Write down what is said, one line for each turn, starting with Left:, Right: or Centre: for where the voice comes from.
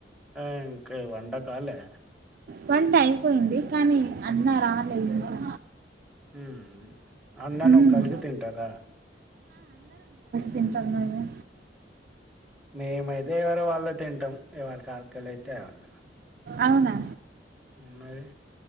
Centre: ఆ ఇక వండ కాలే.
Right: వంట ఐపోయింది కానీ అన్న రాలే ఇంకా.
Centre: ఉమ్ అన్న
Right: మ్మ్.
Centre: నువ్వు కలిసి తింటారా.
Right: తింటాన్నాము.
Centre: మేమైతే ఎవరు వాళ్ళే తింటాం ఎవరి కాకలైతే ఆళ్ళు.
Right: అవునా
Centre: మరి.